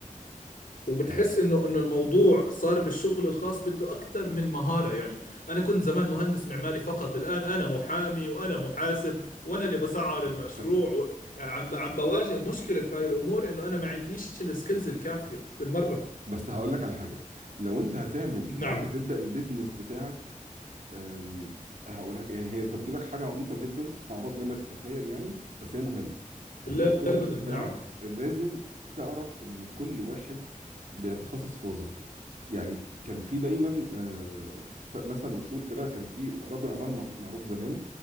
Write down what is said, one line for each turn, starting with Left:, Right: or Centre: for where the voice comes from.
Left: وبتحس
Right: يعني
Left: انه انه الموضوع صار بالشغل الخاص بده اكثر من مهاره يعني انا كنت زمان مهندس معماري فقط الان انا محامي وانا محاسب وانا اللي بسعر المشروع
Right: <laughs>
Left: و... عم عم بواجه مشكله في هاي الامور انه انا ما عنديش السكيلز الكافيه بالمره
Right: بس هقول لك على حاجة لو انت هتعمل لو
Left: نعم
Right: انت تبدأ البيزنس بتاعك أم، هقولها يعني هي تبدو لك حاجه عبيطه جدا اعبط مما تتخيل يعني بس هي مهمه لما
Left: لا
Right: تبدا البيزنس
Left: ابدا
Right: بتاعك
Left: نعم
Right: لازم تعرف ان كل واحد بيتخصص في وظيفته يعني كان في دايما آه، ف- مثل مشهور كده كان في رجل اعمال مع- معروف زمان